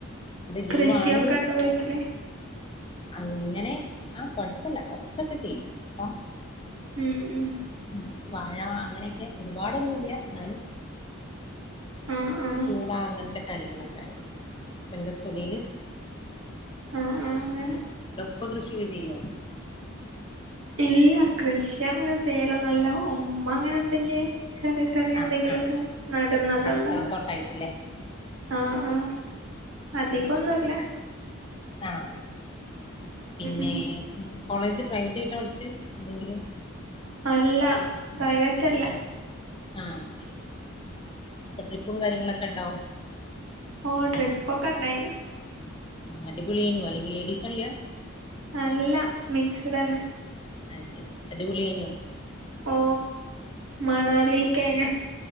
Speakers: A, on the left; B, on the right.
A: ലീവാണെന്ന്
B: കൃഷിഒക്കെ ഉണ്ടോ വീട്ടില്
A: അങ്ങനെ ആ കൊഴപ്പില്ല കൊറച്ചൊക്കെ ചെയ്യും അപ്പൊ
B: ഉം ഉം
A: ഉം വഴ അങ്ങനെക്കെ ഒരുപാടൊന്നുംല്ല എന്നാലും
B: ആഹ് ആഹ്
A: കൂടാ അങ്ങനത്തെ കാര്യങ്ങളൊക്കെ എന്റെ തൊടില്
B: ആഹ് ആഹ് അങ്ങനെ
A: ചെയ്യും ഡോപ്പ കൃഷിഒക്കെ ചെയ്യുവോ
B: ഇല്ല കൃഷി അങ്ങനെ ചെയ്യലൊന്നു ഇല്ലവു ഉമ്മ അങ്ങനെ എന്തെങ്കിഒക്കെ ചെറിയ ചെറിയ എന്തെങ്കിലൊക്കെ
A: ആഹ് ആഹ് ആഹ്
B: നടുന്നതല്ലാതെ
A: അടുക്കളത്തോട്ടായിട്ടില്ലേ
B: ആഹ് ആഹ് അതിക്കൊ
A: ഉം ശരി
B: ഒന്നും ഇല്ല
A: ആഹ് പിന്നെ
B: ഉം
A: കോളേജ് പ്രൈവറ്റി വിട്ടാ പഠിച്ചേ അല്ലെങ്കില്
B: അല്ല പ്രൈവത്തല്ല
A: ആഹ ശരി ഇപ്പൊ ട്രിപ്പും കാര്യങ്ങളൊക്കെ ഉണ്ടാവും
B: ഓ ട്രിപ്പ ഒക്കെ ഉണ്ടായിന്
A: അടിപളിയിനോ അെങ്കിൽ ലേഡീസല്ലോ
B: അല്ല മിക്സ് തന്നെ
A: ആഹ് ശരി അടിപൊളി കഴിഞ്ഞോ
B: ഓ മണാലിിക്കയിന